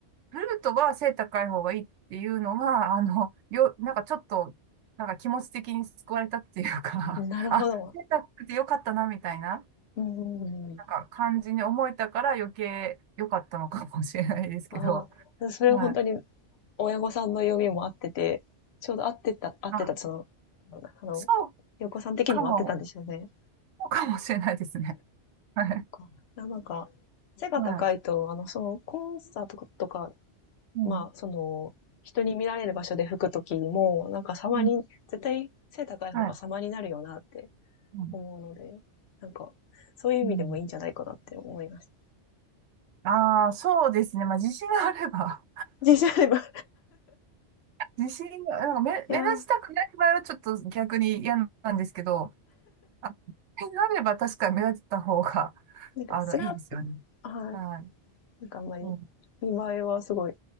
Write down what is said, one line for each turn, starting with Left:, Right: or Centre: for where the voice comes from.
Right: フルートは背高い方がいいっていうのが、あの、よ、なんかちょっと、なんか気持ち的に救われたっていうか
Left: なるほど。
Right: <laughs> あ、背高くてよかったな、みたいな、
Left: うんうんうん。
Right: なんか感じに思えたから余計良かったのかもしれないですけど、
Left: ああ、それは本当に
Right: はい。
Left: 親御さんの読みも合ってて、ちょうど合ってた、合ってた、
Right: まあ、
Left: その、なんだろうなあの、
Right: そう
Left: 横さん的にも合ってたんですよね。
Right: かも、そうかもしれないですね。はい。
Left: かなんか、背が高いと、
Right: は
Left: あの、その、コンサートとか、
Right: い。うん。
Left: まあ、その、人に見られる場所で吹くときにも、なんか様に、
Right: うん
Left: 絶対背高い方が様になるよなって
Right: はい。うん。
Left: 思うので、なんか、そういう意味でもいいんじゃないかなって思いました。
Right: うんああ、そうですね。まあ、自信があれば、
Left: 自信あれば。い
Right: 自信が、なんか目、
Left: やー
Right: 目立ちたくない場合はちょっと逆に嫌なんですけど、あ、点があれば確かに目立った方が、<laughs>
Left: なんか、
Right: あの、
Left: スラッと、
Right: いいですよね。
Left: はい。
Right: はい。
Left: なんかあんまり、
Right: う
Left: 見栄えはすごい、